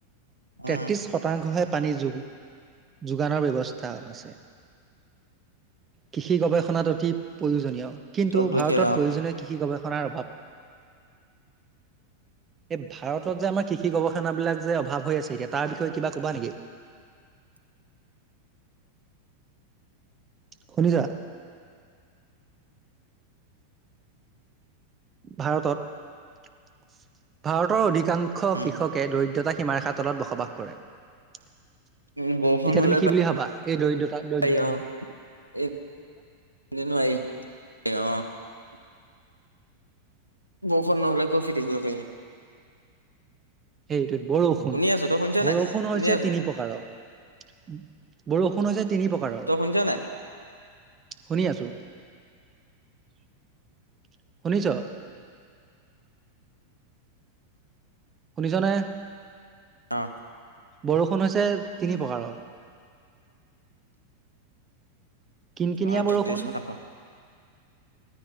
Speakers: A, on the right (about 85°); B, on the right (about 25°).
A: উম
B: তেত্ৰিশ শতাংশহে পানী যোগানৰ ব্যৱস্থা আছে। কৃষি গৱেষণাত অতি প্ৰয়োজনীয়। কিন্তু,
A: চব দুখীয়া
B: ভাৰতত
A: অ
B: প্ৰয়োজনীয় কৃষি গৱেষণাৰ অভাৱ। এই ভাৰতত যে আমাৰ কৃষি গৱেষণাবিলাক যে অভাৱ হৈ আছে এতিয়া তাৰ বিষয়ে কিবা কবা নেকি?
A: <inaudible>
B: শুনিছা? ভাৰতত ভাৰতৰ অধিকাংশ
A: উম
B: কৃষকে দৰিদ্ৰতা সীমাৰেখা তলত বসবাস কৰে। এতিয়া
A: উম বৰষুণ হলে
B: তুমি কি বুলি ভাবা এই দৰিদ্ৰতা
A: পাৰি
B: দৰিদ্ৰতা
A: অ
B: সমূহ?
A: <unintelligible> বৰষুণ নহলে কত খেতি কৰিব পাৰিবি।
B: সেইটোত বৰষুণ-
A: শুনি আছো তই শুনিছ
B: বৰষুণ
A: নাই? শুনি
B: হৈছে
A: আছো
B: তিনি প্ৰকাৰৰ। বৰষুণ হৈছে তিনি প্ৰকাৰৰ।
A: তই শুনিছ নাই?
B: শুনি আছো শুনিছ? শুনিছনে
A: অ
B: বৰষুণ হৈছে তিনি প্ৰকাৰৰ কিন- কিনিয়া
A: অ তেত্ৰিশ
B: বৰষুণ।
A: শতাংশ